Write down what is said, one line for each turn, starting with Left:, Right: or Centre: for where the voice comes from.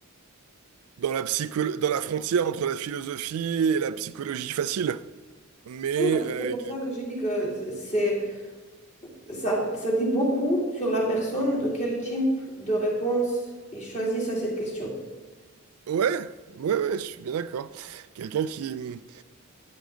Right: dans la psycho- dans la frontière entre la philosophie et la psychologie facile. Mais
Left: Oui, bah,
Right: euh,
Left: c'est pour ça que j'ai dit que c'est ça, ça dit beaucoup sur la personne de quel type de réponse ils choisissent à cette question.
Right: quel- ouais, ouais, ouais, je suis bien d'accord. Quelqu'un qui